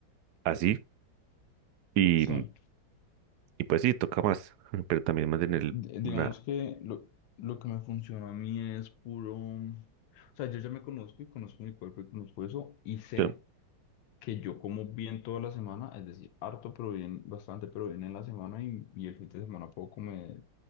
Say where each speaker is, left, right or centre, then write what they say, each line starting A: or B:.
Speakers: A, on the right; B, on the left.
A: así, y,
B: Sí.
A: y pues sí, toca más, <laughs> pero también mantener
B: di-
A: el-
B: digamos
A: una...
B: que lo, lo que me funcionó a mí es puro, o sea, yo ya me conozco y conozco mi cuerpo y conozco eso y sé
A: yo-
B: que yo como bien toda la semana, es decir, harto pero bien, bastante pero bien en la semana y, y el fin de semana puedo comer